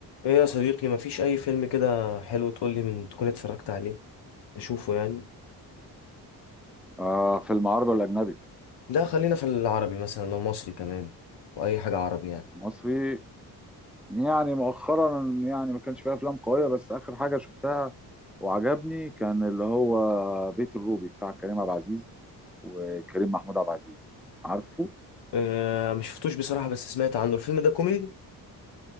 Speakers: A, on the left; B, in the centre.
A: ايه يا صديقي مفيش اي فيلم كده حلو تقول لي من تكون اتفرجت عليه اشوفه يعني
B: آه فيلم عربي ولا أجنبي؟
A: ده خلينا في العربي مثلا لو مصري كمان واي حاجه عربي يعني
B: مصري يعني مؤخرا يعني ما كانش فيها أفلام قوية بس آخر حاجة شفتها وعجبني كان اللي هو بيت الروبي بتاع كريم عبد العزيز وكريم محمود عبد العزيز عارفه؟
A: اه مش شفتوش بصراحه بس سمعت عنه الفيلم ده كوميدي